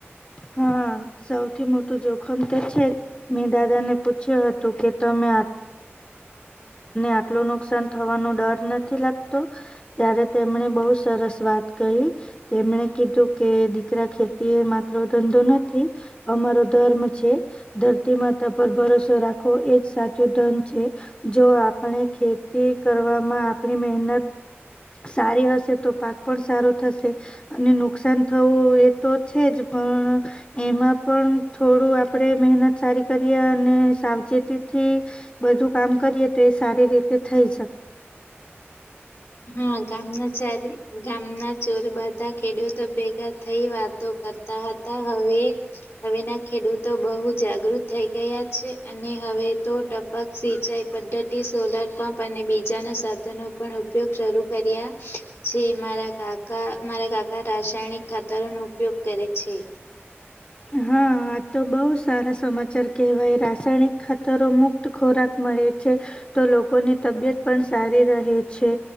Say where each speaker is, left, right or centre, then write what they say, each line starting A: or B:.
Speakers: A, on the left; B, on the left.
A: હા સૌથી મોટું જોખમ તો છે મેં દાદા ને પૂછ્યું હતું કે તમે તમને આટલું નુકસાન થવાનો ડર નથી લાગતો ત્યારે તેમણે બહુ સરસ વાત કહી તેમણે કીધું કે દીકરા ખેતી એ માત્ર ધંધો નથી અમારો ધર્મ છે ધરતીમાં પર ભરોસો રાખવો એજ સાચું ધન છે જો આપણે ખેતી કરવામાં આપ મહેનત સારી હશે તો પાક પણ સારો થશે અને નુકસાન થવું એ તો છે જ પણ એમાં પણ થોડું આપડે મહેનત સારી કરીએ અને સાવચેતી થી બધું કામ કરીએ તે સારી રીતે થઈ શકે
B: હા ગામના ચારે ગામના ચોર બાધા ખેડૂતો ભેગા થઈ વાતો કરતા હતા હવે હવેના ખેડૂતો બહુ જાગૃત થઈ ગયા અને હવે તો ટપક સિંચાઈ પદ્ધતિ સોલાર પંપ અને બીજાના સાધનો પણ ઉપગ શરૂ કર્યા છે મારા કાકા મારા કાકા રાસાયણિક ખાતરોનો ઉપયોગ કરે છે
A: હા આ તો બહ સારા સમાચાર કેહેવાય રાસાયણિક ખાતરો મુક્ત ખોરાક મળે છે તો લોકોની તબિયત પણ સારી રહે છે